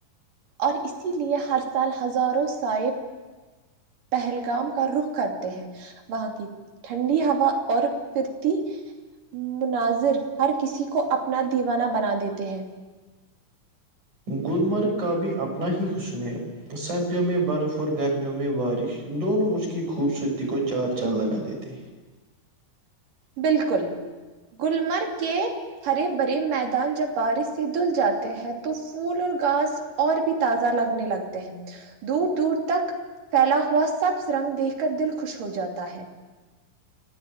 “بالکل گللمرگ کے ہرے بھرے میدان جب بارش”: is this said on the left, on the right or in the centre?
Right